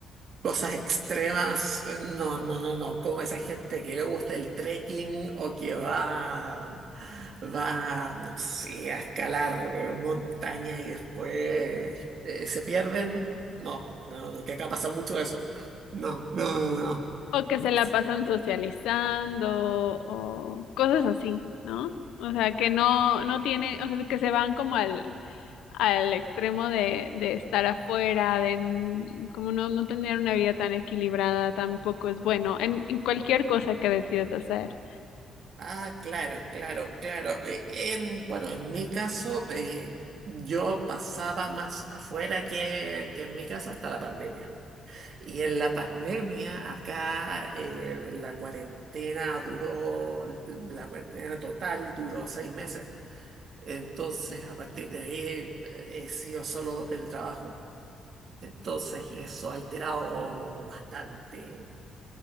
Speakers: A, on the right (about 55°); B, on the left (about 90°).
A: Cosas extremas, no, no, no, no, como esa gente que le gusta el trekking o que va, va, no sé, a escalar montaña y después eh, se pierden, no, no, no, que acá pasa mucho eso, no, no, no, no.
B: O que
A: Ni
B: se
A: por-
B: la pasan socializando o cosas así, ¿no? O sea, que no, no tiene, o sea, que se van como al al extremo de, de estar afuera, de n- como no, no tener una vida tan equilibrada, tampoco es bueno en, en cualquier cosa que decides hacer.
A: Ah, claro, claro, claro. Eh, En, bueno, en mi caso, eh, yo pasaba más afuera que, que en mi casa hasta la pandemia. Y en la pandemia, acá eh, la cuarentena duró, la cuarentena total duró seis meses. Entonces, a partir de ahí, eh, he sido solo teletrabajo. Entonces, eso ha alterado bastante,